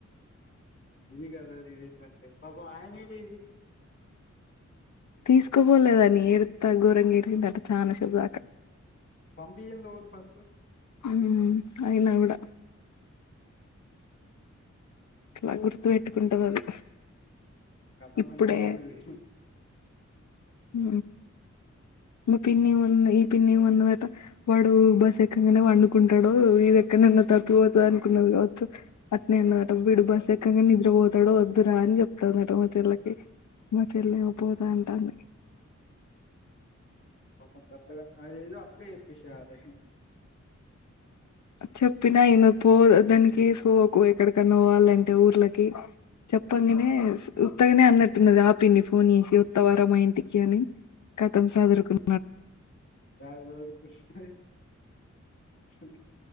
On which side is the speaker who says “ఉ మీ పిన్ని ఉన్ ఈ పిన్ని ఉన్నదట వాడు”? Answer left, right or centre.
Left